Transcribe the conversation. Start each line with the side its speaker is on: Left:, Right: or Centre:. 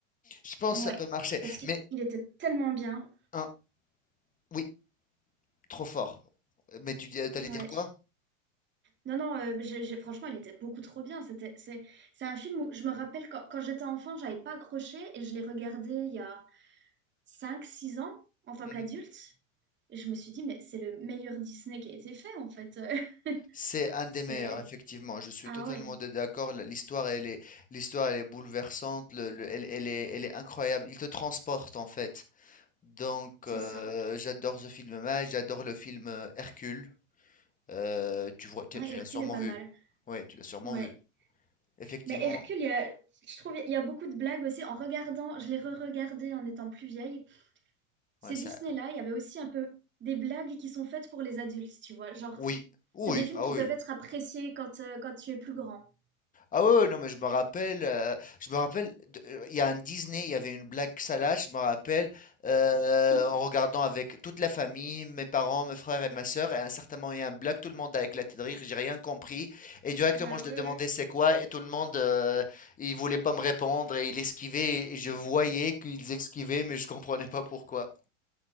Left: Je pense
Right: Ouais,
Left: que ça peut marcher.
Right: parce qu'il
Left: Mais
Right: il était tellement bien.
Left: hein, oui. Trop fort. Mais tu dis- t'allais
Right: Ouais.
Left: dire quoi?
Right: Non, non, euh, j'ai, j'ai- franchement, il était beaucoup trop bien. C'était, c'est, c'est un film où je me rappelle quand, quand j'étais enfant, j'avais pas accroché et je l'ai regardé il y a cinq, six ans en tant
Left: Mhm.
Right: qu'adulte. Et je me suis dit, mais c'est le meilleur Disney qui a été fait, en fait. <laughs>
Left: C'est un des
Right: C'est...
Left: meilleurs, effectivement. Je suis
Right: Ah
Left: totalement
Right: ouais.
Left: de- d'accord. L- L'histoire, elle est, l'histoire, elle est bouleversante. le- le- elle, elle est, elle est incroyable. Il te transporte, en fait. Donc,
Right: C'est
Left: euh,
Right: ça.
Left: j'adore ce film-là. J'adore le film euh, Hercule. Euh, tu vois, tu,
Right: Ouais,
Left: tu
Right: Hercule
Left: l'as sûrement
Right: est pas
Left: vu.
Right: mal.
Left: Oui, tu l'as sûrement
Right: Ouais.
Left: vu. Effectivement,
Right: Mais Hercule, il y a- je trouve il y a beaucoup de blagues aussi. En regardant, je l'ai re-regardé en étant plus vieille. Ces
Left: ouais, c'est
Right: Disney-là, il y avait aussi un peu des blagues qui sont faites pour les adultes, tu vois. Genre,
Left: Oui, oui,
Right: c'est des films
Left: ah
Right: qui
Left: oui.
Right: peuvent être appréciés quand, euh, quand tu es plus grand.
Left: Ah ouais, ouais, non, mais je me rappelle, euh, je me rappelle, de- euh, il y a un Disney, il y avait une blague salace, je me rappelle, euh,
Right: <laughs>
Left: en regardant avec toute la famille, mes parents, mes frères et ma sœur, et à un certain moment, il y a un blague, tout le monde a éclaté de rire, j'ai rien compris, et directement,
Right: Bah
Left: je
Right: ouais,
Left: lui ai demandé
Right: ouais.
Left: c'est quoi, et tout le monde, euh, il voulait pas me répondre, et il esquivait, et je voyais qu'ils esquivaient, mais je comprenais pas pourquoi.